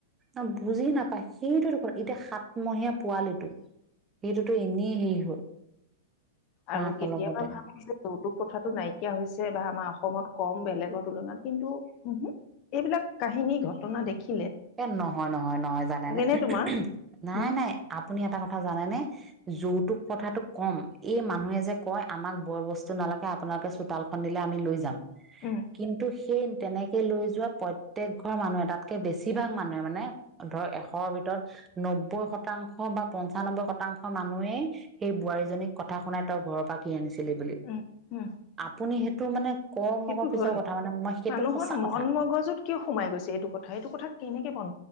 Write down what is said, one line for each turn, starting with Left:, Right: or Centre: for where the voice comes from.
Right: অ', বুজি নাপায়, সেইটোৱেতো ক' এতিয়া সাতমহীয়া পোৱালিটো। এইটোতো এনেই হেৰি হ'ল।
Left: আৰু
Right: মাকৰ
Left: কেতিয়াবা
Right: লগতে
Left: ভাবোঁ যে। যৌতুক প্ৰথাটো নাইকিয়া হৈছে বা আমাৰ অসমত কম বেলেগৰ তুলনাত কিন্তু উহো এইবিলাক কাহিনী ঘটনা দেখি।
Right: এ নহয় নহয় নহয়, জানেনে?
Left: নে তোমাৰ
Right: নাই
Left: উম
Right: নাই, আপুনি এটা কথা জানেনে? যৌতুক প্ৰথাটো কম এই মানুহে যে কয় আমাক বয় বস্তু নালাগে আপোনালোকে চোতালখন দিলে আমি লৈ যাম
Left: উম
Right: কিন্তু সেই তেনেকে লৈ যোৱা প্ৰত্যেক ঘৰ মানুহ এটাত কে বেছিভাগ মানুহে মানে, ধৰ এশৰ ভিতৰত। নব্বৈ শতাংশ বা পঞ্চানব্বৈ শতাংশ মানুহেই সেই বোৱাৰী জনীক কথা শুনাই তই ঘৰ পাতি আনিছিলি বুলি
Left: উম উম
Right: আপুনি সেইটো মানে কওক
Left: সেইটো
Right: নকওক পিছৰ
Left: হয়
Right: কথা মানে মই সেইটো
Left: মানুহৰ
Right: সঁচা কথা
Left: মন মগজুত কিয় সোমাই গৈছে এইটো কথা, এইটো কথা কেনেকে বন